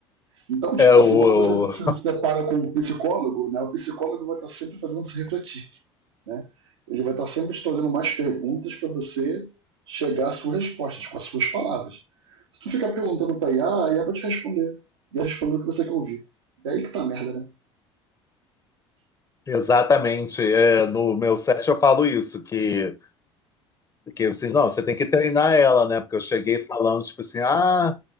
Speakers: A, on the right (about 75°); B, on the left (about 25°).
A: Então, tipo
B: É o,
A: assim, quando você se se depara com um psicólogo, né, o psicólogo vai estar sempre fazendo você refletir, né? Ele vai estar sempre te trazendo mais perguntas para você chegar às suas respostas, com as suas palavras. Se tu ficar perguntando para IA, a IA vai te responder. E ela responder o que você quer ouvir. é aí que tá a merda, né?
B: exatamente, é, no meu set eu falo isso, que, que vocês, não, você tem que treinar ela, né? Porque eu cheguei falando, tipo assim, ah,